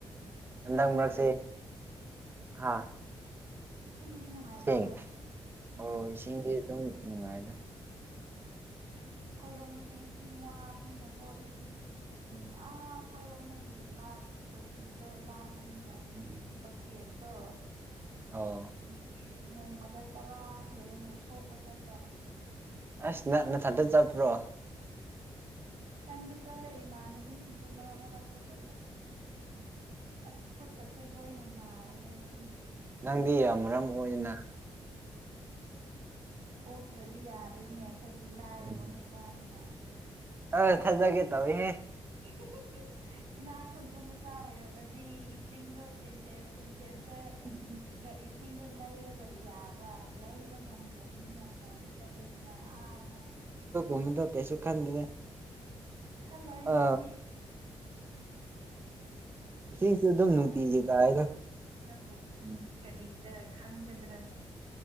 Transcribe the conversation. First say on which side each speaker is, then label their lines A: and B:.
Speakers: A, on the right; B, on the right.
A: ꯏꯁꯤꯡꯗꯤ
B: ꯍꯟꯗꯛ ꯃꯔꯛꯁꯦ ꯍꯥꯥ
A: ꯏꯁꯤꯡꯗꯤ ꯅꯨꯡꯉꯥꯏꯕ꯭ꯔꯣ
B: ꯏꯦꯡ
A: ꯎꯝ
B: ꯑꯣ ꯏꯁꯤꯡꯁ ꯑꯗꯨꯝ ꯅꯨꯡꯉꯥꯏꯅ
A: ꯑꯩꯈꯣꯏꯔꯣꯝꯗꯗꯤ ꯏꯁꯤꯡ ꯋꯥꯕꯅꯤꯅꯀꯣ ꯏꯁꯤꯡ ꯎ
B: ꯎꯝ
A: ꯑ ꯑꯩꯈꯣꯏꯔꯣꯝꯗꯒꯤ ꯂꯥꯞ ꯇꯣꯇꯤꯗꯣ ꯂꯥꯞꯄꯅꯤꯅ
B: ꯎꯝ
A: ꯕꯛꯀꯦꯠꯇꯣ
B: ꯑꯣ
A: ꯕꯛꯀꯦꯠ ꯅꯣꯡꯃꯗ ꯇꯔꯥ ꯍꯦꯟꯅꯅꯦ ꯁꯣꯛꯄ ꯆꯠꯄ
B: ꯑꯁ ꯅ ꯅꯊꯟꯗꯠ ꯆꯠꯄ꯭ꯔꯣ
A: ꯏꯊꯟꯗ ꯆꯠꯂꯦ ꯏꯃꯥꯟꯅꯕꯤꯁꯤꯡꯁꯨ ꯃꯔꯥꯛ ꯃꯔꯇ ꯆꯠꯂꯦ ꯑꯁ ꯈꯨꯣꯠꯀꯁꯦ ꯂꯣꯏꯅ ꯅꯥꯔꯒ ꯏꯁꯤꯡ
B: ꯅꯪꯗꯤ ꯌꯥꯝ ꯃꯔꯝ
A: ꯇꯧꯕꯗꯣ
B: ꯑꯣꯏꯅ
A: ꯑꯣꯇ꯭ꯔꯗꯤ ꯌꯥꯗ꯭ꯔꯔꯤꯅꯦ ꯑꯩꯈꯣꯏꯗꯤ ꯂꯥꯏꯔꯕ
B: ꯎꯝ
A: ꯃꯆꯥꯅꯤꯅ
B: ꯑ ꯆꯖꯒꯦ ꯇꯕ
A: ꯎ ꯏꯅꯥꯛ ꯈꯨꯟꯕ ꯃꯆꯥ ꯑꯣꯏꯔꯕꯗꯤ ꯏꯁꯤꯡꯗꯣ ꯁꯦꯟꯇꯦꯖ ꯁꯦꯟꯇꯦꯖ
B: ꯑꯩꯈꯣꯏꯗꯤ
A: ꯏꯁꯤꯡꯗꯨ ꯂꯩꯔꯒ ꯌꯥꯕ ꯂꯩꯕ ꯉꯝ ꯔꯕꯅꯤꯅ ꯍꯣꯟꯕ ꯆꯠꯂꯦꯗꯅ ꯑꯥꯅ
B: ꯣꯃꯤꯗ ꯄꯦꯁꯨ ꯈꯥꯟꯗꯗ
A: ꯈꯜꯂꯣꯏ
B: ꯑ
A: ꯅꯣꯏꯗꯤ
B: ꯏꯁꯤꯡꯁꯨ ꯑꯗꯨꯝ
A: ꯈꯜꯂꯣꯏ
B: ꯅꯨꯡꯇꯤꯒꯤ ꯇꯥꯏꯗ
A: ꯅꯕꯨ
B: ꯎꯝ
A: ꯀꯔꯤ ꯑꯦ ꯈꯪꯒꯗ꯭ꯔꯅꯦ